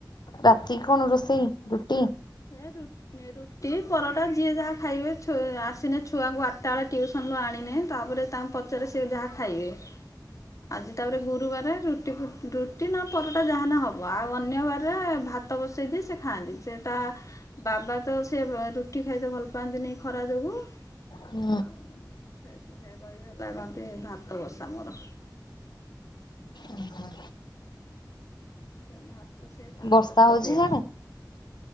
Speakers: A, on the left; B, on the left.
A: ରାତିକୁ କଣ ରୋଷେଇ ରୁଟି?
B: ସେ ରୁ ନେ ରୁ ଟି ପରଟା ଯିଏ ଯାହା ଖାଇବେ ଛୁ ଆସନେ ଛୁଆଙ୍କୁ ଆଠଟା ବେଳେ ଟିଉସନଲୁ ଆଣିନେ ତାପରେ ତା ପଚାରେ ସିଏ ଯାହା ଖାଇବେ ଆଜି ତାପରେ ଗୁରୁବାରେ ରୁଟି ଫୁ ରୁଟି ନ ପରଟା ଟା ଯାହାହେନେ ହେବ ଆଉ ଅନ୍ୟ ବାରରେ ଭାତ ବସେଇଦିଏ ସେ ଖାଆନ୍ତି ସେ ତା ବାବା ତ ସେ ରୁଟି ଖାଇତେ ଭଲ ପାଆନ୍ତିନି ଖରା ଯୋଗୁଁ।
A: ହୁଁ।
B: ଆଉ ସେ ସେ ସେ କହିବି ହେଲା କନ୍ତି ଭାତ ବସା ମୋର।
A: ଉୁଁ ହୁଁ।
B: ସେ ଭାତ ସେ ତାର
A: ବର୍ଷା
B: ଭାତ
A: ହଉଛି
B: ପ୍ରିୟ।
A: ସିଆଡେ?